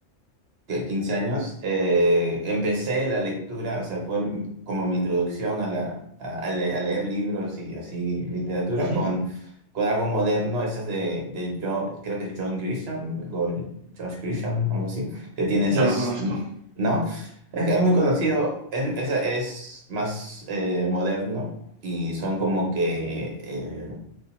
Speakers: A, on the right; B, on the right.
A: ¿qué? 15 años. eh, empecé la lectura, o sea, fue como mi introducción a, la, a, a le- a leer libros y así literatura
B: Ujú,
A: con, con algo moderno, esas de, de yo, creo que es John Grisham o Josh Grisham, algo así, que tiene esas,
B: No lo conozco,
A: ¿no? Es, es muy conocido, es, es, es más eh, moderno y son como que eh,